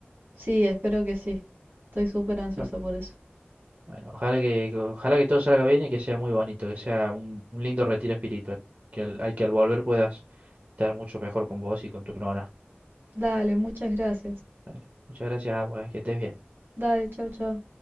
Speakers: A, on the right; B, on the right.
A: Sí, espero que sí. Estoy súper ansiosa
B: Bueno,
A: por eso.
B: bueno, ojalá que, que- ojalá que todo salga bien y que sea muy bonito, que sea un, un lindo retiro espiritual. Que al, al que al volver puedas estar mucho mejor con vos y con tu nona.
A: Dale, muchas gracias.
B: Vale. Muchas gracias, agua, eh, que estés bien.
A: Dale, chau, chau.